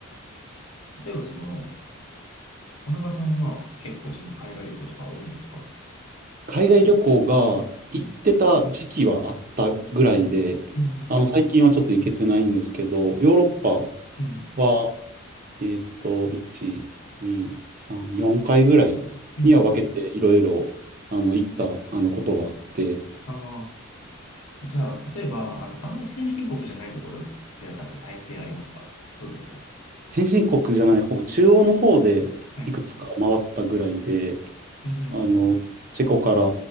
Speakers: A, on the left; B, on the right.
A: 例えば、その、田中さんは結構その海外旅行とか多いんですか
B: 海外旅行が行ってた時期はあったぐらいで、
A: うん。うん
B: あの、最近はちょっと行けてないんですけど、ヨーロッパ
A: うん。うん。
B: は、えっと、1、2、3、4回ぐらいには分けていろいろ、
A: うんうん
B: あの、行った、あの、ことはあって、
A: ああー、じゃあ、例えば、あの、あんまり先進国じゃないところとかって体制ありますかどうですかね。
B: 先進国じゃない方、中央の方でいくつか回ったぐらいで、
A: はい。うんうんうん。
B: あの、チェコから